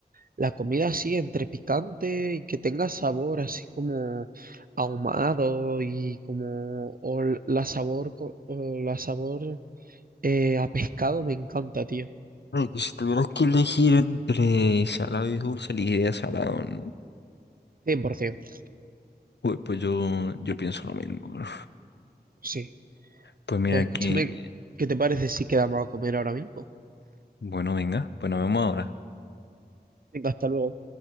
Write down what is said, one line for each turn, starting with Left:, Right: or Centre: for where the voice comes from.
Right: la comida así entre picante y que tenga sabor así como ahumado y como o l- la sabor co- o la sabor eh, a pescado me encanta, tío.
Left: bueno, que si tuvieras que elegir entre salado y dulce, elegiría salado, ¿no?
Right: cien por ciento,
Left: Pues, pues yo, yo pienso lo mismo, bro.
Right: sí.
Left: Pues mira
Right: Pues escúchame,
Left: que,
Right: ¿qué te parece si quedamos a comer ahora mismo?
Left: bueno, venga, pues nos vemos ahora.
Right: Venga, hasta luego.